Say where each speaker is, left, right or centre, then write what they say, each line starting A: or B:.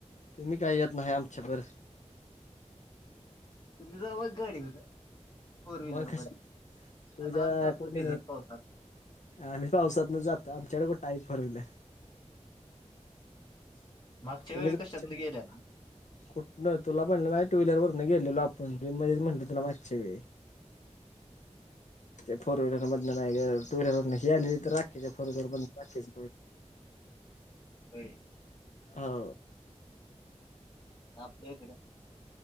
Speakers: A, on the left; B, on the left.
A: तुम्ही काही येत नाही आमच्या बर
B: तुम्ही जावा गाडीमध्ये फोर व्हीलर
A: मग कशा
B: मध्ये.
A: तुझ्या
B: आणि आम्ही जातो
A: कोणी
B: भिजत पावसात.
A: आम्ही पावसात न जातो. आमच्याकडे कुठाई फोरव्हीलर.
B: <inaudible>
A: <unintelligible>
B: वेळी कशातन गेलेला?
A: कुठन तुला म्हणलं नाही टू व्हीलर वरन गेलेलो आपण मध्ये म्हटल तुला मागच्या वेळी.
B: <inaudible>
A: ते फोर व्हीलर मधन नाही टू व्हीलर वरन गेले. राखीच्या फोर व्हीलर मधन राखीच
B: होय
A: हो
B: आपल्या इकड